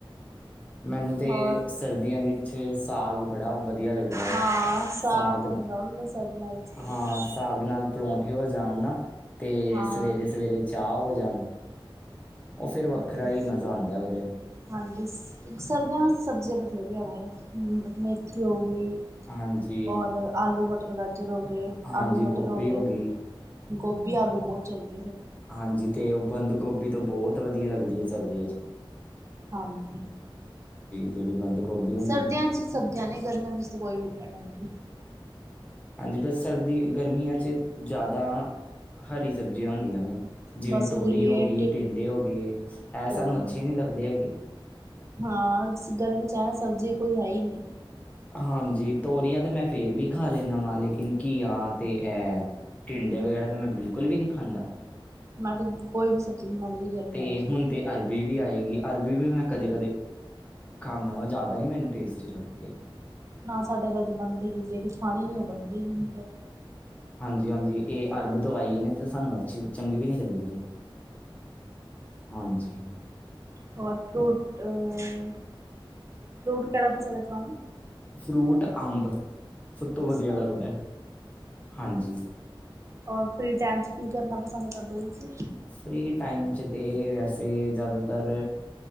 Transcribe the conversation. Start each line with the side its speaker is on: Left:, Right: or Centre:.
Left: ਮੈਨੂੰ ਤਾਂ
Right: ਹੋਰ
Left: ਸਰਦੀਆਂ ਵਿੱਚ ਸਾਗ ਬੜਾ ਵਧੀਆ ਲੱਗਦਾ ਹੈ
Right: ਹਾਂ
Left: ਸਾਗ
Right: ਤਾਂ ਪਸੰਦ ਆ ਸਰਦੀਆਂ ਵਿੱਚ ਤਾਂ ਬਿਲਕੁਲ
Left: ਹਾਂ ਸਾਗ ਨਾਲ ਪਰੌਂਠੇ ਹੋ ਜਾਣ ਨਾ ਤੇ
Right: ਹਾਂ
Left: ਸਵੇਰੇ- ਸਵੇਰੇ ਚਾਹ ਹੋ ਜਾਣ ਉਹ ਫਿਰ ਵੱਖਰਾ
Right: ਵਧੀਆ
Left: ਹੀ ਮਜ਼ਾ ਆਉਂਦਾ ਉਹਦੇ
Right: ਹਾਂਜੀ ਸਰਦੀਆਂ ਵਿੱਚ ਸਬਜ਼ੀਆਂ ਬਥੇਰੀਆਂ ਨੇ ਮੇਥੀ ਹੋ ਗਈ।
Left: ਹਾਂਜੀ
Right: ਔਰ ਆਲੂ ਮਟਰ ਗਾਜਰ ਹੋ ਗਏ
Left: ਹਾਂਜੀ
Right: ਆਲੂ ਮਟਰ
Left: ਗੋਭੀ
Right: ਹੋ ਗਏ।
Left: ਗਈ
Right: ਗੋਭੀ ਆਲੂ ਬਹੁਤ ਚਲਦੀ
Left: ਹਾਂਜੀ ਤੇ ਉਹ ਬੰਦੂ ਗੋਭੀ ਤੋਂ ਬਹੁਤ ਵਧੀਆ ਲੱਗਦੀ ਹੈ ਸਰਦੀਆਂ 'ਚ
Right: ਹਾਂਜੀ
Left: ਜਿਹੜ ਬੰਦ ਗੋਭੀ ਹੁੰਦੀ
Right: ਸਰਦੀਆਂ
Left: ਹੈ ਨਾ
Right: 'ਚ ਸਬਜ਼ੀਆਂ ਨਹੀਂ ਗਰਮੀਆਂ ਵਿੱਚ ਤਾਂ ਕੋਈ ਵੀ ਨਹੀਂ ਹੈ ਟੰਗ ਦੀ
Left: ਹਾਂਜੀ ਬਸ ਸਰਦੀ ਗਰਮੀਆਂ ''ਚ ਜ਼ਿਆਦਾ ਹਰੀ ਸਬਜ਼ੀਆਂ ਹੁੰਦੀਆਂ ਨੇ। ਜਿਵੇਂ
Right: ਬਸ
Left: ਤੋਰੀ
Right: ਘੀਏ
Left: ਹੋ ਗਈ ਟਿੰਡੇ ਹੋ ਗਏ ਇਹ
Right: ਤੋਰੀ
Left: ਸਾਨੂੰ ਅੱਛੇ ਨਹੀਂ ਲੱਗਦੇ ਹੈਗੇ।
Right: ਹਾਂ ਗਰਮ ਚਾਹ ਸਬਜ਼ੀ ਕੋਈ ਹੈ ਹੀ ਨਹੀਂ
Left: ਹਾਂਜੀ ਤੋਰੀਆਂ ਤਾਂ ਮੈਂ ਫੇਿਰ ਵੀ ਖਾ ਲੈਂਦਾ ਵਾਂ ਲੇਕਿਨ ਘੀਆ ਤੇ ਹੈ ਟੀਂਡੇ ਵਗੈਰਾ ਤਾਂ ਮੈਂ ਬਿਲਕੁਲ ਵੀ ਨਹੀਂ ਖਾਂਦਾ।
Right: ਮੈਂ ਤੇ ਬ ਕੋਈ ਵੀ ਸਬਜ਼ੀ ਨਹੀਂ ਖਾਂਦੀ ਗਰਮੀਆਂ
Left: ਤੇ
Right: 'ਚ
Left: ਹੁਣ ਤੇ ਅਰਬੀ ਆਏਗੀ ਅਰਬੀ ਵੀ ਮੈਂ ਕਦੇ ਕਦੇ ਖਾਂਦਾ ਵਾਂ ਜ਼ਿਆਦਾ ਨਹੀਂ ਮੈਨੂੰ ਟੇਸਟੀ ਲੱਗਦੀ ਹੈਗੀ।
Right: ਨਾ ਸਾਡੇ ਘਰ ਤਾਂ ਬਣਦੀ ਨੀ ਜਿਹੜੀ ਖਾਣੀ ਨੀ ਉਹ ਬਣਦੀ ਨ ਫਿਰ
Left: ਹਾਂਜੀ- ਹਾਂਜੀ ਇਹ ਅਰਬ ਤੋਂ ਆਈਏ ਨੇ ਤੇ ਸਾਨੂੰ ਅੱਛੀ ਚੰਗੀ ਵੀ ਨਹੀਂ ਲੱਗਦੀ। ਹਾਂਜੀ
Right: ਹੋਰ ਫਰੂਟ ਅ ਫਰੂਟ ਕਿਹੜਾ ਪਸੰਦ ਏ ਤੁਹਾਨੂੰ
Left: ਫਰੂਟ ਅੰਬ ਸਭ ਤੋਂ
Right: ਅੱਛਾ
Left: ਵਧੀਆ ਲੱਗਦਾ ਹਾਂਜੀ।
Right: ਰ ਫਰੀ ਟਾਈਮ 'ਚ ਕੀ ਕਰਨਾ ਪਸੰਦ ਕਰਦੇ ਹੋ ਤੁਸੀਂ
Left: ਫ੍ਰਰੀ ਟਾਈਮ 'ਚ ਤਾਂ ਵੈਸੇ ਜ਼ਿਆਦਾਤਰ